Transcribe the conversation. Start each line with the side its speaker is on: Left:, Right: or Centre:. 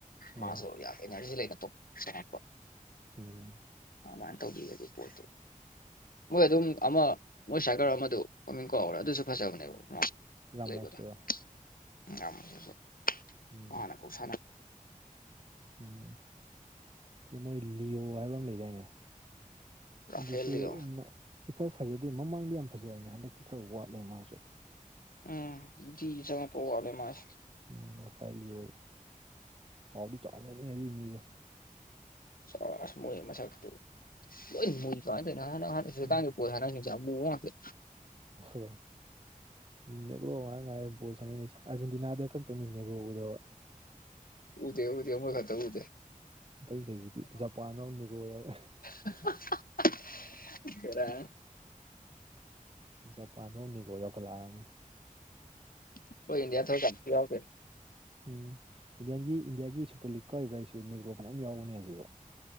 Right: ꯍꯣꯏ
Left: ꯃꯥꯁꯨ ꯌꯥꯝ ꯏꯅꯔꯖꯤ ꯂꯩꯅ ꯇꯨꯝ ꯆꯪꯉꯛꯄ
Right: ꯎꯝ
Left: ꯑꯗꯨꯃꯥꯏꯅ ꯇꯧꯕꯤꯔꯥꯗꯤ ꯄꯣꯠꯇꯨ ꯃꯣꯏ ꯑꯗꯨꯝ ꯑꯃ ꯃꯣꯏ ꯁꯥꯏꯀꯔ ꯑꯃꯗꯨ ꯃꯃꯤꯡ ꯀꯥꯎꯒ꯭ꯔꯦ ꯑꯗꯨꯁꯨ ꯐꯖꯕꯅꯦꯕ
Right: ꯔꯥꯃꯣꯁꯇꯨꯔꯣ
Left: ꯂꯩꯕꯗꯣ <unintelligible>
Right: ꯎꯝ
Left: ꯃꯥꯅ ꯀꯥꯎꯁꯟ
Right: ꯎꯝ ꯀꯩ ꯃꯣꯏ ꯂꯤꯌꯑꯣ ꯍꯥꯏꯕ ꯑꯃ ꯂꯩꯗꯥꯏꯅꯦ
Left: ꯔꯥꯐꯦꯜꯂꯤꯌꯣ
Right: ꯑꯗꯨꯁꯨ ꯏꯐ ꯐꯖꯗꯦ ꯃꯃꯥꯡꯗꯤ ꯌꯥꯝ ꯐꯖꯕꯅꯦ ꯍꯟꯗꯛꯇꯤ ꯈꯔ ꯋꯥꯠꯂꯦ ꯃꯥꯁꯨ
Left: ꯎꯝ ꯗꯤ ꯆꯪꯉꯛꯄ ꯋꯥꯠꯂꯦ ꯃꯖꯨ
Right: ꯎꯝ ꯔꯐꯥꯏꯂꯤꯌꯣ ꯆꯥꯎꯗꯤ ꯆꯥꯎꯕꯥꯅꯤꯍꯦ ꯑꯗꯨꯏ ꯃꯤꯗꯣ
Left: ꯆꯥꯎꯋꯦ ꯑꯁ ꯃꯣꯏ ꯃꯁꯛꯇꯨ ꯂꯣꯏ ꯃꯨꯏ ꯀꯃꯥꯏꯅ ꯇꯧꯔꯤꯅꯣ ꯉꯍꯥꯟ
Right: ꯎꯝ
Left: <unintelligible> ꯕꯣꯜ ꯁꯟꯅꯩ ꯁꯤꯡꯁꯦ ꯑꯃꯨꯕꯥ ꯉꯥꯛꯇꯥ
Right: ꯍꯣꯏ ꯅꯦꯒꯔꯣ ꯉꯥꯛ ꯉꯥꯏꯔꯕ ꯕꯣꯜ ꯁꯥꯟꯅꯩꯁꯦ ꯑꯔꯖꯦꯟꯇꯤꯅꯥꯗ ꯈꯛꯇꯅꯤ ꯅꯦꯒꯔꯣ ꯎꯗꯕꯥ
Left: ꯎꯗꯦ ꯎꯗꯦ ꯃꯣꯢ ꯈꯛꯇꯥ ꯎꯗꯦ
Right: ꯑꯇꯩꯈꯩꯁꯤꯗꯤ ꯖꯄꯥꯟ ꯐꯥꯎ ꯅꯦꯒꯔꯣ ꯌꯥꯎꯏ
Left: <unintelligible> ꯕꯦꯔꯥꯅꯦ
Right: ꯖꯄꯥꯟ ꯕꯥꯎ ꯅꯦꯒꯔꯣ ꯌꯥꯎꯈꯠꯂꯛꯑꯕꯅꯤ
Left: <unintelligible> ꯈꯣꯢ ꯏꯟꯗꯤꯌꯥ ꯊꯣꯔꯛꯀꯥꯟ ꯌꯥꯎꯗ꯭ꯔꯦ
Right: ꯎꯝ ꯏꯟꯗꯤꯌꯥꯟꯒꯤ ꯏꯟꯗꯤꯌꯥꯒꯤ ꯁꯨꯄꯔ ꯂꯤꯛ ꯀꯥꯎꯏꯕꯥꯢꯁꯨ ꯅꯦꯒ꯭ꯔꯣ ꯐꯅꯌꯥꯝ ꯌꯥꯎꯕꯅꯦ ꯑꯁꯤꯁꯨ